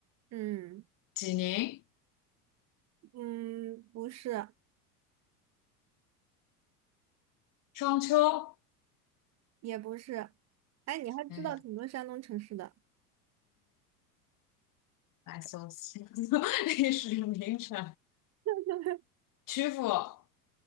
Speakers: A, on the right (about 35°); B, on the left (about 45°).
A: 嗯
B: 济宁、
A: 嗯，不是，
B: 商丘。
A: 也不是，哎，你还知道挺多山东城市的，
B: 哎来搜星座 <laughs> 历史名城，
A: <laughs>
B: 曲阜